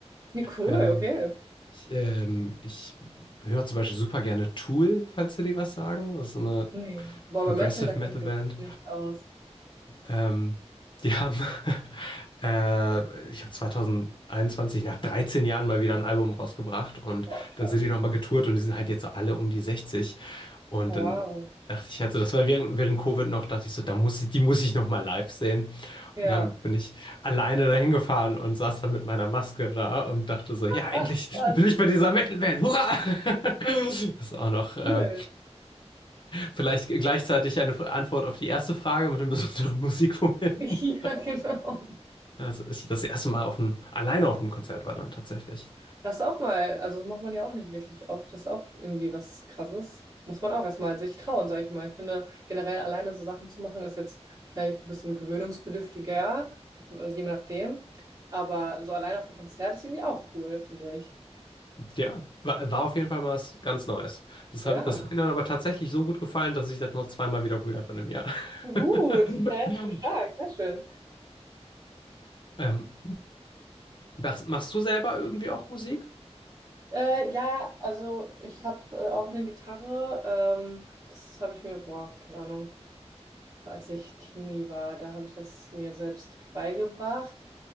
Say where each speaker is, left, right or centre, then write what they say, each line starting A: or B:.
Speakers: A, on the right; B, on the left.
A: Nee, cool,
B: Ähm,
A: okay.
B: ich ähm, ich höre zum Beispiel super gerne Tool, falls dir die was sagen. Das ist so eine
A: Nee. Boah,
B: Progressive
A: bei Metal, da kenne
B: Metal
A: ich mich
B: Band.
A: nicht aus.
B: Ähm, die haben, <laughs> äh, ich habe 2021 nach 13 Jahren mal wieder ein Album rausgebracht und
A: Boah, krass.
B: dann sind die nochmal getourt und die sind halt jetzt so alle um die 60. Und
A: Ah, Wow.
B: dann dachte ich halt so, das war während, während Covid noch, dachte ich so, da muss ich, die muss ich nochmal live sehen.
A: Ja.
B: Und dann bin ich alleine dahin gefahren und saß dann mit meiner Maske da und dachte so, ja, endlich
A: Ach, krass,
B: bin ich bei dieser Metal Band, hurra! <laughs> Das ist auch noch äh,
A: cool.
B: vielleicht gleichzeitig eine Antwort auf die erste Frage mit den besonderen Musikmomenten.
A: <laughs> Ja, genau.
B: Als ich das erste Mal auf dem, alleine auf dem Konzert war dann tatsächlich.
A: Das auch mal, also macht man ja auch nicht wirklich oft. Das ist auch irgendwie was Krasses. Muss man auch erstmal sich trauen, sage ich mal. Ich finde, generell alleine so Sachen zu machen, ist jetzt vielleicht ein bisschen gewöhnungsbedürftiger, also je nachdem. Aber so alleine auf einem Konzert ist irgendwie auch cool, finde ich.
B: Ja, war, war auf jeden Fall mal was ganz Neues. Das
A: Ja.
B: habe ich, das hat mir dann aber tatsächlich so gut gefallen, dass ich das noch zweimal wiederholt habe in einem Jahr.
A: Gut,
B: <laughs>
A: hä? So stark, sehr schön.
B: Ähm, machst, machst du selber irgendwie auch Musik?
A: Äh, ja, also ich habe äh, auch eine Gitarre. Ähm, das habe ich mir, boah, keine Ahnung, als ich Teenie war. Da habe ich das mir selbst beigebracht.